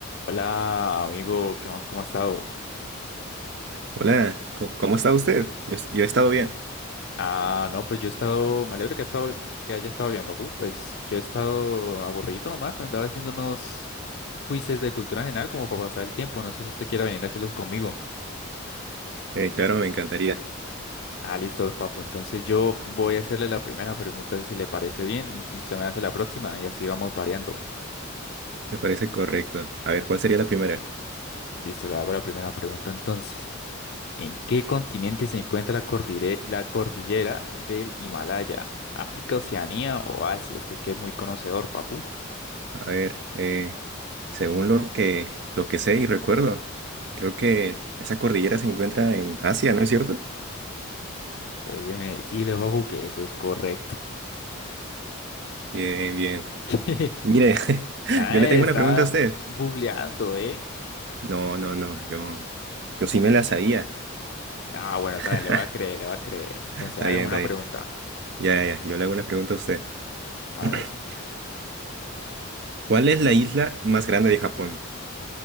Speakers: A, on the left; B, on the right.
A: Hola, amigo, ¿qué más? ¿Cómo ha estado?
B: Hola, co- ¿cómo está usted? Yo, yo he estado bien.
A: Ah, no, pues yo he estado, me alegro que, ha estado, que haya estado bien, papu. Pues yo he estado aburrido nomás, andaba haciendo unos quizzes de cultura general como para pasar el tiempo. No sé si usted quiera venir a hacerlos conmigo.
B: Eh, claro, me encantaría.
A: Ah, listo, papu. Entonces yo voy a hacerle la primera pregunta si le parece bien y usted me hace la próxima y así vamos variando.
B: Me parece correcto. A ver, ¿cuál sería la primera?
A: Listo, le hago la primera pregunta entonces. ¿En qué continente se encuentra la cordire- la cordillera del Himalaya? ¿África, Oceanía o Asia? Usted que es muy conocedor, papu.
B: A ver, eh, según lo que, lo que sé y recuerdo, creo que esa cordillera se encuentra en Asia, ¿no es cierto?
A: Pues déjeme decirle, papu, que eso es correcto.
B: Bien, bien.
A: <laughs>
B: Mire, <laughs>
A: Nada
B: yo
A: de
B: le tengo
A: estar
B: una pregunta a usted.
A: googleando, ¿eh?
B: No, no, no, yo, yo sí me la sabía.
A: Ah, bueno,
B: <laughs>
A: sabe, le voy a creer, le voy a creer. Entonces,
B: Está
A: hágame
B: bien,
A: una
B: está bien.
A: pregunta.
B: Ya, ya, ya, yo le hago una pregunta a usted.
A: A
B: <clears throat>
A: ver,
B: ¿Cuál es la isla más grande de Japón?